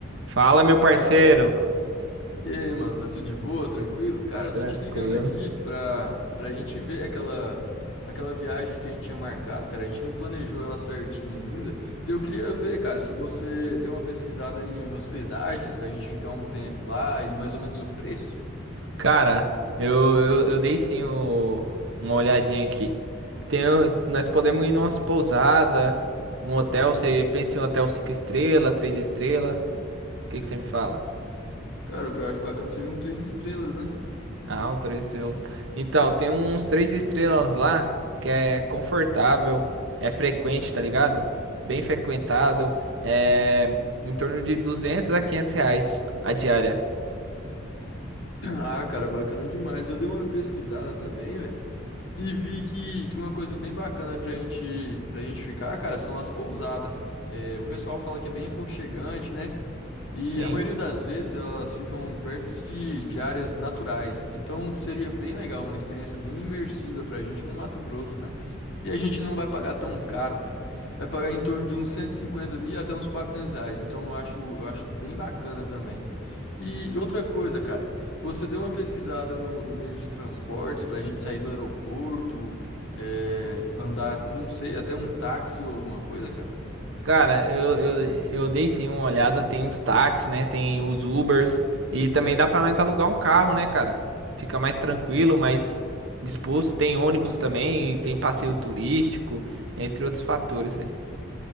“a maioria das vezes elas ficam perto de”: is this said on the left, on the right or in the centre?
Left